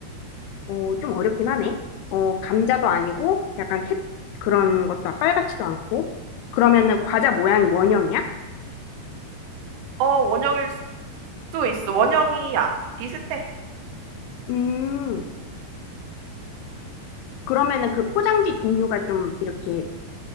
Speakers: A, on the left (about 80°); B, on the right (about 90°).
A: 어, 좀 어렵긴 하네. 어, 감자도 아니고 약간 캣 그런 것도 빨갛지도 않고. 그러면은 과자 모양이 원형이야?
B: 어, 원형일 수도 있어. 원형이야. 비슷해.
A: 음, 그러면은 그 포장지 종류가 좀 이렇게